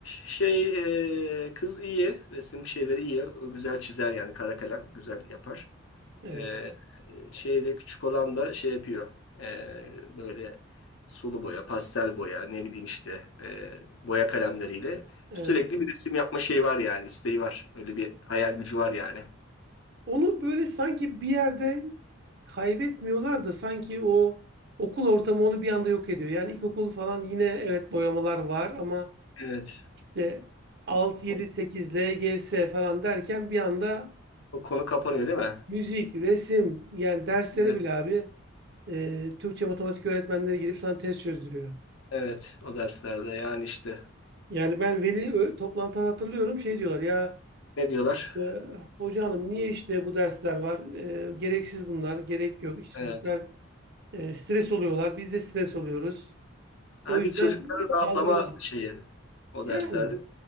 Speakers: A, on the left; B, on the right.
A: şey e, kız iyi. Resim şeyleri iyi. O güzel çizer yani kara kalem güzel yapar.
B: Evet,
A: Ee, şeyde küçük olan da şey yapıyor. Ee, böyle sulu boya, pastel boya, ne bileyim işte e, boya kalemleriyle
B: evet.
A: sürekli bir resim yapma şeyi var yani, isteği var. Öyle bir hayal gücü var yani.
B: Onu böyle sanki bir yerde kaybetmiyorlar da sanki o okul ortamı onu bir anda yok ediyor. Yani ilkokul falan yine evet boyamalar var ama
A: Evet.
B: de 6, 7,
A: O,
B: 8, LGS falan derken bir anda
A: o konu kapanıyor değil mi?
B: Müzik, resim yani derslere
A: Evet.
B: bile abi e, Türkçe matematik öğretmenleri gelip sana test çözdürüyor.
A: Evet. O derslerde yani işte
B: Yani ben veli ö- toplantılarını hatırlıyorum şey diyorlar ya
A: ne diyorlar?
B: e, hoca hanım niye işte bu dersler var? E, gereksiz bunlar, gerek yok. İşte
A: Evet.
B: çocuklar e, stres oluyorlar, biz de stres oluyoruz.
A: Halbuki
B: O yüzden
A: çocukların rahatlama
B: kaldıralım.
A: şeyi o
B: Yani
A: derslerde.